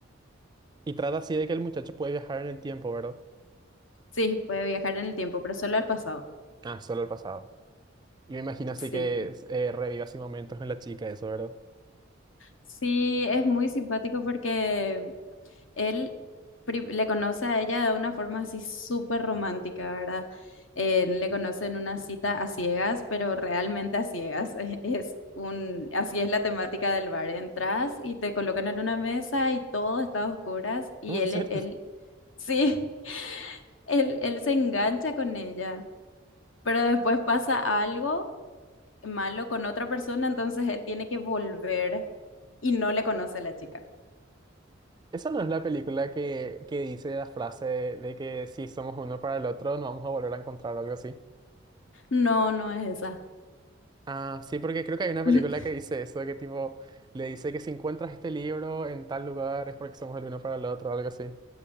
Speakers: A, on the right (about 20°); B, on the left (about 80°).
A: Y trata así de que el muchacho puede viajar en el tiempo, ¿verdad?
B: Sí, puede viajar en el tiempo, pero solo al pasado.
A: Ah, solo al pasado. Y me imagino así
B: Sí.
A: que eh, reviva así momentos en la chica, eso, ¿verdad?
B: Sí, es muy simpático porque Él pri- le conoce a ella de una forma así súper romántica, ¿verdad? Eh, le conoce en una cita a ciegas, pero realmente a ciegas. <laughs> Eh, Es un, así es la temática del bar. Entras y te colocan en una mesa y todo está a oscuras y
A: No,
B: él,
A: en serio.
B: él,
A: <laughs>
B: sí, <laughs> él, él se engancha con ella, pero después pasa algo malo con otra persona, entonces él tiene que volver y no le conoce a la chica.
A: Esa no es la película que, que dice la frase de, de que si somos uno para el otro, no vamos a volver a encontrar o algo así.
B: No, no es esa.
A: Ah, sí, porque creo que hay una película
B: <laughs>
A: que dice eso, que tipo, le dice que si encuentras este libro en tal lugar es porque somos el uno para el otro, algo así.